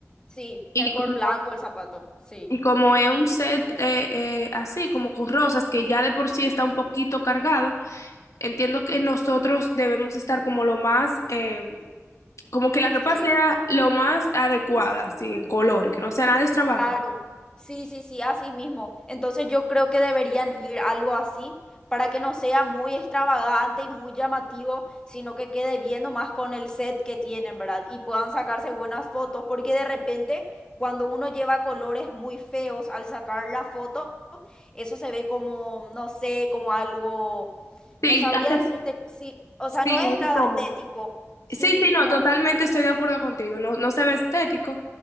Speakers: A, on the left (about 15°); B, on the left (about 80°).
A: Sí,
B: Y
A: mejor
B: como,
A: blanco el zapato. Sí,
B: y como es un set eh, eh, así, como con rosas, que ya de por sí está un poquito cargado, entiendo que nosotros debemos estar como lo más, eh, como que la
A: sí.
B: ropa sea lo más adecuada, así, en colores, que no sea nada extravagante.
A: Claro, sí, sí, sí, así mismo. Entonces yo creo que deberían ir algo así para que no sea muy extravagante y muy llamativo, sino que quede bien nomás con el set que tienen, ¿verdad? Y puedan sacarse buenas fotos, porque de repente cuando uno lleva colores muy feos al sacar la foto, eso se ve como, no sé, como algo,
B: Sí,
A: no sabría
B: hace,
A: decirte, sí, o
B: sí,
A: sea, no
B: es
A: es nada
B: incómodo.
A: estético, sí,
B: Sí, sí, no,
A: no
B: totalmente
A: es,
B: estoy de acuerdo contigo. No, no se ve estético